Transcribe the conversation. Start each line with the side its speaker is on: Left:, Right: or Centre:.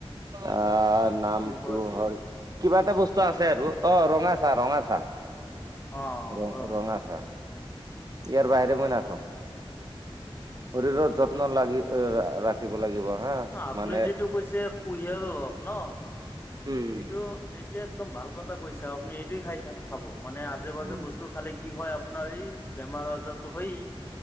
Right: আঁহ নামটো
Left: কোনটো আছিল?
Right: হ'য়, কিবা এটা বস্তু আছে আৰু অঁ ৰঙা চাহ, ৰঙা চাহ।
Left: অ',
Right: ৰ্‌
Left: ৰ'
Right: ৰঙা চাহ। ইয়াৰ বাহিৰে মই নাখাওঁ। শৰীৰৰ যত্ন লাগি আঁ আঁ ৰাখ খিব লাগিব। হা
Left: ন্‌ আপোনাৰ
Right: মানে
Left: যিটো কৈছে কুঁহিয়াৰ ৰস ন্‌।
Right: উম
Left: এইটো এতিয়া একদম ভাল কথা কৈছে। আপুনি এইটোৱে খাই থাক খাব মানে আজে -বাজে
Right: উম
Left: বস্তু খালে কি হ'য় আপোনাৰ এই বেমাৰ -আজাৰটো হ'য়েই